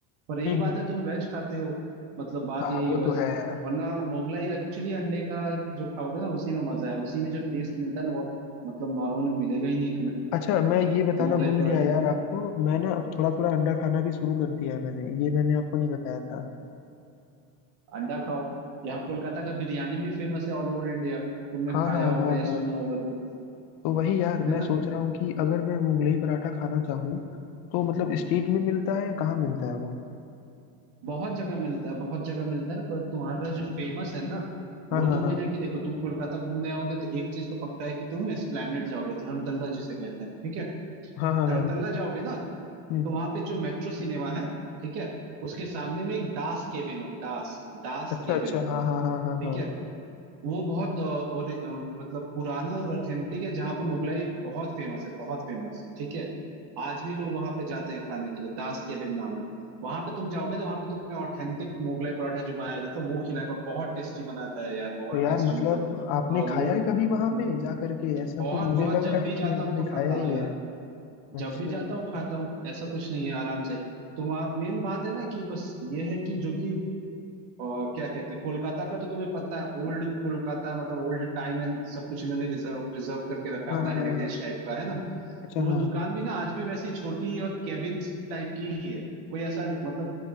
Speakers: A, on the right; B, on the left.
A: पर यही
B: हम्म
A: बात
B: हम्म।
A: है तुम वेज खाते हो मतलब बात
B: हाँ
A: यही
B: वो
A: है बस
B: तो है यार
A: वरना मुगलाई एक्चुअली अंडे का जो खाओगे ना उसी में मजा है उसी में जो टेस्ट मिलता है ना वो मतलब नॉर्मल में मिलेगा ही नहीं तुम्हें
B: अच्छा मैं ये बताना
A: मुगलाई
B: भूल
A: पराठा
B: गया यार आपको मैं ना अब थोड़ा थोड़ा अंडा खाना भी शुरू कर दिया है मैंने ये मैंने आपको नहीं बताया था
A: अंडा खाओ यहाँ कोलकाता का बिरयानी भी फेमस है ऑल ओवर इंडिया तुमने
B: हाँ
A: खाया
B: हाँ
A: होगा
B: हाँ
A: या
B: हाँ
A: सुना होगा तो
B: तो वही यार
A: है
B: मैं
A: ना
B: सोच रहा हूँ कि अगर मैं वो मुगलई पराठा खाना चाहूँ तो मतलब स्ट्रीट में मिलता है या कहाँ मिलता है वो
A: बहुत जगह मिलता है बहुत जगह मिलता है पर तुम्हारा जो फेमस है ना
B: हाँ
A: वो
B: हाँ
A: तुम्हें
B: हाँ
A: है कि देखो तुम कोलकाता घूमने आओगे तो एक चीज तो पक्का है कि तुम एस्प्लैनेड जाओगे धर्मतल्ला जिसे कहते हैं ठीक है
B: हाँ हाँ
A: धर्मतल्ला
B: हाँ
A: जाओगे ना
B: हम्म,
A: तो वहां पे जो मेट्रो सिनेमा है ठीक है उसके सामने में एक दास केबिन है दास दास
B: अच्छा
A: केबिन
B: अच्छा हाँ हाँ हाँ हाँ
A: ठीक
B: हाँ
A: है वो बहुत अ, और अ, मतलब पुराना और ऑथेंटिक है जहाँ पे मुगलाई बहुत फेमस है बहुत फेमस ठीक है आज भी लोग वहां पे जाते हैं खाने के लिए दास केबिन नाम है वहां पे तुम जाओगे ना वहां पे तुम्हें ऑथेंटिक मुगलाई पराठा जो बनाया जाता है वो खिलाएगा बहुत टेस्टी बनाता है यार बहुत
B: तो यार
A: टेस्टी
B: मतलब
A: मतलब
B: आपने
A: अ, वो
B: खाया है कभी वहां
A: हम्म,
B: पे जा करके ऐसा
A: बहुत
B: तो मुझे
A: बहुत
B: लग
A: जब
B: रहा
A: भी
B: है
A: जाता
B: कि आपने
A: हूँ तो खाता
B: खाया ही
A: हूँ यार
B: है अच्छा
A: जब भी जाता हूँ खाता हूँ ऐसा कुछ नहीं है आराम से तो मेन बात है ना कि बस ये है कि जो कि और क्या कहते हैं कोलकाता का तो तुम्हें पता है ओल्ड कोलकाता मतलब ओल्ड टाइम एंड सब कुछ इन्होंने रिजर्व प्रिजर्व करके रखा अपना
B: हाँ हाँ
A: हेरिटेज
B: हाँ हाँ
A: टाइप का है ना
B: अच्छा
A: तो वो
B: हाँ
A: दुकान भी ना आज भी वैसी छोटी और केबिन टाइप की ही है कोई ऐसा मतलब